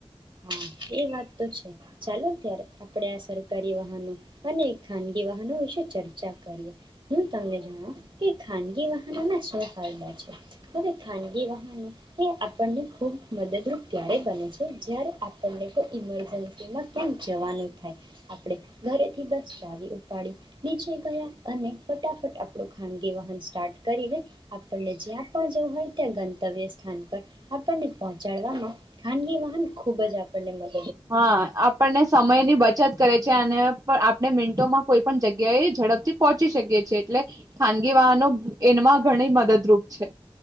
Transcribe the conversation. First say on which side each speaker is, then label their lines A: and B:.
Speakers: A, on the right (about 50°); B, on the right (about 35°).
A: હા, એ વાત તો છે. ચાલો ત્યારે આપણે આ સરકારી વાહનો અને ખાનગી વાહનો વિશે ચર્ચા કરીએ. હું તમને જણાવ કે ખાનગી વાહનોમાં શું ફાયદા છે. હવે ખાનગી વાહનો એ આપણને ખૂબ મદદરૂપ ત્યારે બને છે જ્યારે આપણને કોઈ ઇમરજન્સીમાં ક્યાંક જવાનું થાય, આપણે ઘરેથી બસ ચાવી ઉપાડી નીચે ગયા અને ફટાફટ આપણું ખાનગી વાહન સ્ટાર્ટ કરીને, આપણને જ્યાં પણ જવું હોય ત્યાં ગંતવ્ય સ્થાન પર આપણને પહોંચાડવામાં ખાનગી વાહન ખૂબ ખૂબ જ આપણને મદદ્
B: હા, આપણને સમયની બચત કરે છે. કે અને આપણે મિન્ટોમાં કોઈ પણ જગ્યાએ ઝડપથી પહોંચી શકીએ છીએ. એટલે ખાનગી વાહનો એનમાં ઘણી મદદરૂપ છે.